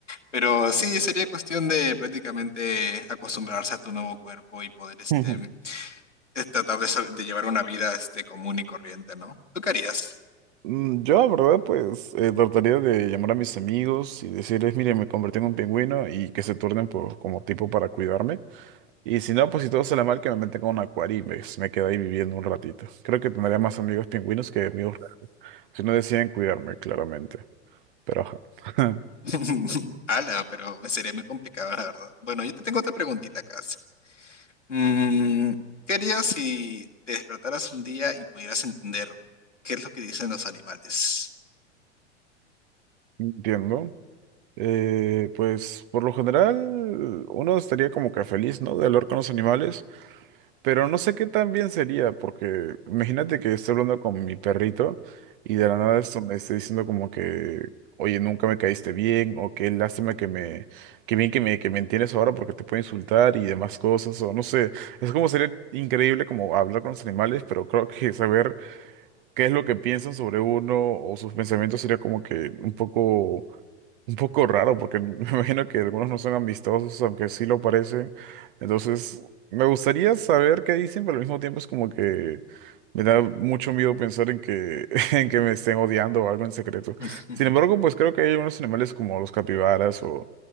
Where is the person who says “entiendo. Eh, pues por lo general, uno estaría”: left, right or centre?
Right